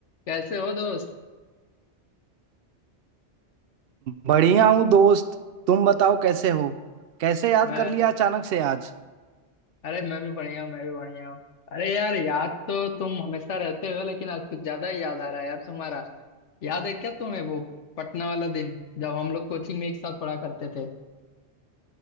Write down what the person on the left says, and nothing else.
कैसे हो दोस्त
मैं
अरे मैं भी बढ़िया हूँ मैं भी बढ़िया हूँ अरे यार याद तो तुम हमेशा रहते हो लेकिन आज कुछ ज्यादा ही याद आ रहा है यार तुम्हारा याद है क्या तुम्हें वो पटना वाला दिन जब हम लोग कोचिंग में एक साथ पढ़ा करते थे